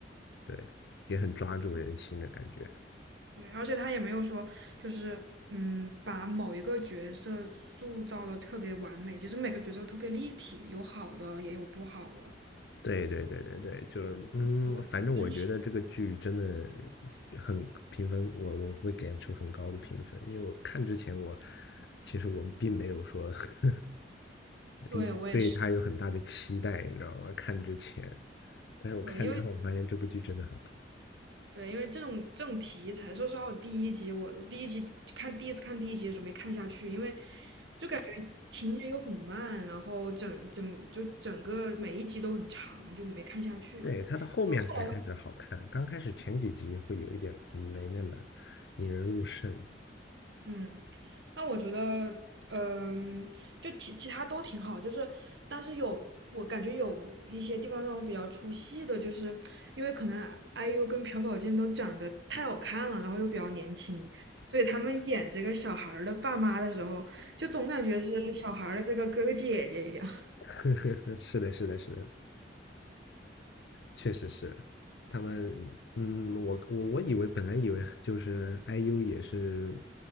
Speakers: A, on the left; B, on the right.
A: 对，也很抓住人心的感觉。
B: 对，而且他也没有说，就是嗯，把某一个角色塑造的特别完美。其实每个角色都特别立体，有好的，也有不好的，
A: 对对对对对，就是嗯，
B: 就很真实。
A: 反正我觉得这个剧真的很评分，我我会给出很高的评分，因为我看之前我其实我并没有说 <laughs>
B: 对，
A: 嗯对它有很大的期待，
B: 我也是，
A: 你知道吗？看之前，但是我看之后发现这部剧真的很好，
B: 对，因为对，因为这种这种题材，说实话，我第一集我第一集看第一次看第一集的时候没看下去，因为就感觉情节又很慢，然后整整就整个每一集都很长，就没看下去。
A: 对，它到后面才开始好看，
B: 后来，
A: 刚开始前几集会有一点没那么引人入胜。
B: 嗯。那我觉得，嗯，就其其他都挺好，就是，但是有我感觉有一些地方让我比较出戏的，就是因为可能 IU 跟朴宝剑都长得太好看了，然后又比较年轻，所以他们演这个小孩儿的爸妈的时候，就总感觉是小孩儿的这个哥哥姐姐一样。
A: <laughs> 是的，是的，是的，确实是，他们，嗯，我我我以为本来以为就是 IU 也是，